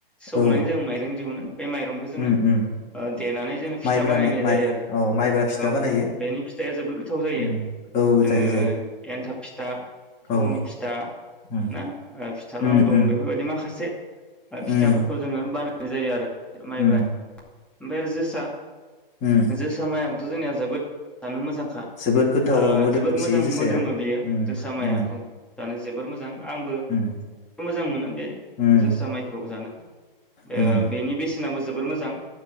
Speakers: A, in the centre; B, on the left.
A: सौनानै
B: औ
A: जों माइरों दिहुनो। बे माइरंखो जोङो
B: उम उम
A: ओ देनानै जोङो
B: माइब्रानो
A: फिथा बानायनाय
B: माइ
A: जायो आरो
B: औ माइब्रा फिथा
A: औ
B: बानायो
A: बेनि फिथाया जोबोद गोथाव जायो
B: उम औ
A: जोङो
B: जायो जायो
A: एन्थाब फिथा थावनि
B: औ
A: फिथा
B: उम
A: ना ओ फिथा
B: उम
A: लाउ दं
B: उम
A: बे फोरबायदि माखासे ओ फिथाफोरखौ
B: उम
A: जोङो बानाय जायो आरो‌ माइब्रा
B: उम
A: आमफाय आरो जोसा <inaudible>
B: उम
A: जोसा माइया थ जोंनिया जोबोद जानो मोजां खा
B: जोबोद गोथाव
A: ओ
B: औ मोदोमसोयो
A: जोबोद मोजां
B: जोसाया
A: मोदोमो बेयो
B: उम
A: जोसा माया
B: उम
A: औ जानो जोबोर मोजां आंबो
B: उम
A: मोजां मोनो बे
B: उम
A: जोसा माइखौ जानो ओ
B: उम
A: बेनि बेसेना मो जोबोर मोजां।